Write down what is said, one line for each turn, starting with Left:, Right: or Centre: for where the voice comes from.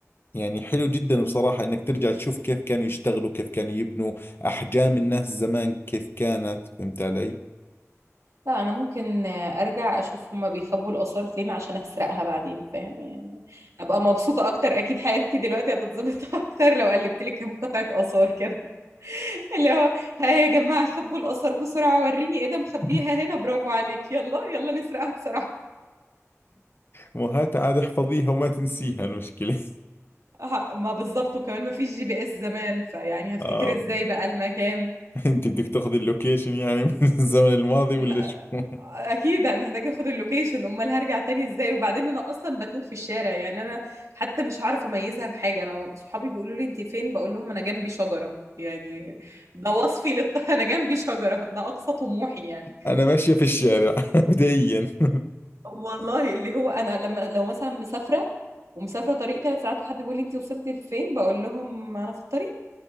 Left: يعني حلو جدا بصراحة إنك ترجع تشوف كيف كانوا يشتغلوا كيف كانوا يبنوا أحجام الناس زمان كيف كانت فهمت علي؟
Right: لا انا ممكن ارجع اشوف هما بيخبوا الاثار فين عشان اسرقها بعدين فاهم يعني هبقى مبسوطه اكتر اكيد حياتي دلوقتي هتتظبط <laughs> اكتر لو قلبت لي كام قطعه اثار كده <laughs> اللي هو ها يا جماعه خبوا الاثار بسرعه وريني ايه ده مخبيها
Left: <laughs>
Right: هنا برافو عليك يلا يلا نسرقها بسرعه
Left: وهات عاد احفظيها وما تنسيها المشكلة <laughs>
Right: ه- ما بالظبط وكمان ما فيش جي بي اس زمان فيعني هفتكر
Left: آه
Right: ازاي بقى المكان
Left: انت بدك تاخذي اللوكيشن يعني من الزمن الماضي
Right: م-
Left: ولا شو <laughs>
Right: اكيد محتاجه اخد اللوكيشن امال هرجع تاني ازاي وبعدين انا اصلا بتوه في الشارع يعني انا حتى مش عارفه اميزها بحاجه انا صحابي بيقولوا لي انت فين بقول لهم انا جنبي شجره يعني ده وصفي للط... <laughs> انا جنبي شجره ده اقصى طموحي يعني
Left: انا ماشية في الشارع <laughs> بدئيا <laughs>
Right: والله اللي هو انا لما لو مثلا مسافره ومسافره طريق ثلاث ساعات وحد بيقول لي انت وصلتي لفين بقول لهم انا في الطريق